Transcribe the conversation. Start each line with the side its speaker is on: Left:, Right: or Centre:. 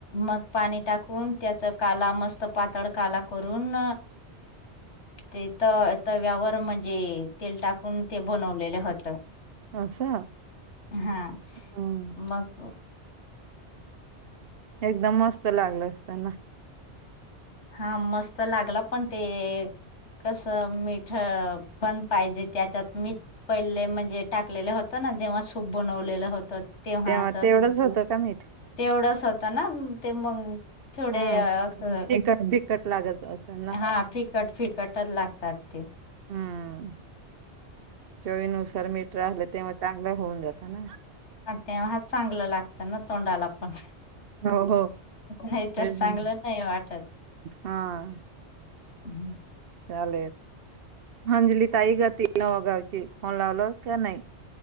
Left: मग पाणी टाकून त्याच काला मस्त पातळ काला करून ते त तव्यावर म्हणजे तेल टाकून ते बनवलेलं होत.
Right: असं
Left: हा
Right: हम्म.
Left: मग
Right: एकदम मस्त लागल असतना.
Left: हा मस्त लागला, पण ते कस मीठ पण पाहिजे त्याच्यात, मीठ पहिले म्हणजे टाकलेलं होत जेव्हा सूप बनवलेलं होत तेव्हाच
Right: तेव्हा तेवढंच होतं का मीठ
Left: तेवढस ना. ते मग थोडे
Right: हम्म
Left: असं
Right: तिखट तिखट लागत असेल ना
Left: हा फिकट फिकटच लागतात ते.
Right: हम्म चवीनुसार मीठ राहिलं, तेव्हा चांगलं होऊन जातं ना.
Left: तेव्हाच चांगलं लाग तना तोंडला पण,
Right: हो हो
Left: नाही
Right: तेच
Left: तर चांगलं
Right: ना.
Left: नाही वाटत.
Right: हा.
Left: हम्म.
Right: चालेल. अंजली ताई ग ती वगावचित फोन लावलो काय नई.